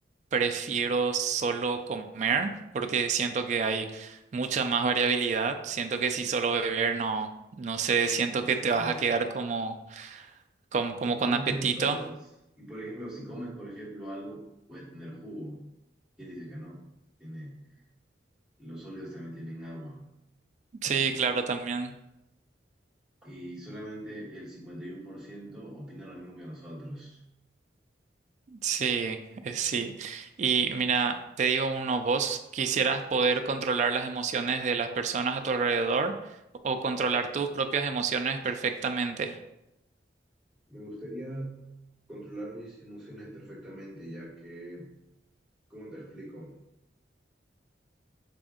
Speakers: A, on the right; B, in the centre.
A: prefiero solo comer porque siento que hay mucha más variabilidad. Siento que si solo beber no, no sé,
B: No,
A: siento
B: no pasa
A: que te
B: nada.
A: vas a quedar como, como,
B: No,
A: como
B: no
A: con apetito.
B: tienen sólidos. Y por ejemplo, si comes, por ejemplo, algo, puede tener jugo. ¿Quién dice que no? Tiene, los sólidos también tienen agua.
A: Sí,
B: Así
A: claro,
B: que,
A: también.
B: y solamente el 51% opina lo mismo que nosotros.
A: Sí, eh, sí. Y mira, te digo uno, ¿vos quisieras poder controlar las emociones de las personas a tu alrededor o controlar tus propias emociones perfectamente?
B: Me gustaría controlar mis emociones perfectamente, ya que, ¿cómo te explico?